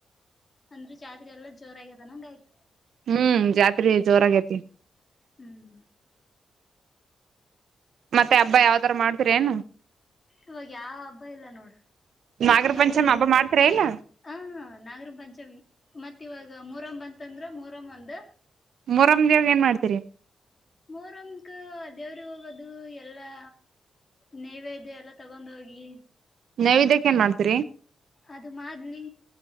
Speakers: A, on the left; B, on the right.
A: ಅಂದ್ರೆ ಜಾತ್ರೆ ಎಲ್ಲ ಜೋರ ಆಗ್ಯದನಂಗ ಆಯ್ತು.
B: ಹ್ಮ್ ಜಾತ್ರೆ ಜೋರಾಗೈತಿ.
A: ಹ್ಮ್
B: ಮತ್ತೆ ಹಬ್ಬ ಯಾವದರ ಮಾಡ್ತಿರೇನು?
A: ಇವಾಗ ಯಾವ ಹಬ್ಬ ಇಲ್ಲ ನೋಡ
B: ನಾಗರ
A: ಬಂದ್ರೆ
B: ಪಂಚಮಿ
A: ಇವ
B: ಹಬ್ಬ ಮಾಡ್ತೀರಾ ಇಲ್ಲ
A: ಹ ನಾಗರ ಪಂಚಮಿ ಮತ್ ಇವಾಗ ಮೊಹರಂ ಬಂತಂದ್ರ ಮೊರಮ್ ಒಂದು
B: ಮೊರಮ್ ದೇವ್ರ್ಗ್ ಏನ್ ಮಾಡ್ತೀರಿ?
A: ಮೊರಂಗೆ ದೇವ್ರ್ಗು ಹೋಗೋದು ಎಲ್ಲಾ ನೖವೇದ್ಯ ಎಲ್ಲ ತಗೊಂಡ್ ಹೋಗಿ
B: ನೈವೇದ್ಯಕ್ ಏನ್ ಮಾಡ್ತೀರಿ?
A: ಅದು ಮಾಡ್ಲಿ